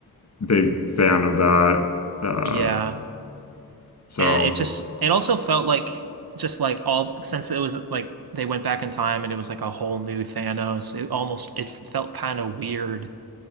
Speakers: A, on the left; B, on the right.
A: big fan of that. Uh,
B: Yeah.
A: so.
B: and it just it also felt like just like all since it was like they went back in time and it was like a whole new Thanos it almost it felt kind of weird